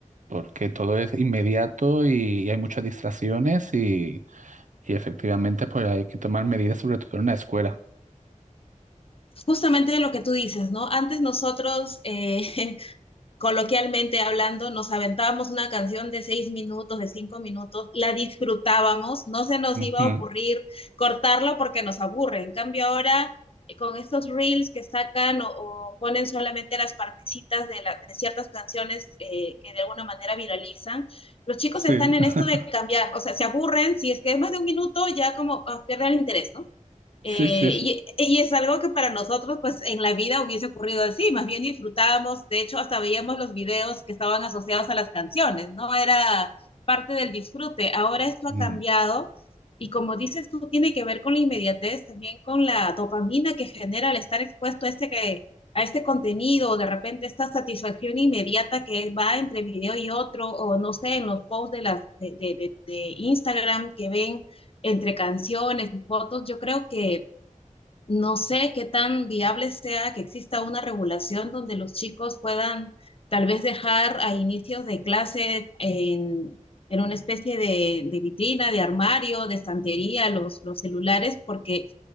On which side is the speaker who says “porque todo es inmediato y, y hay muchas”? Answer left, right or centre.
Right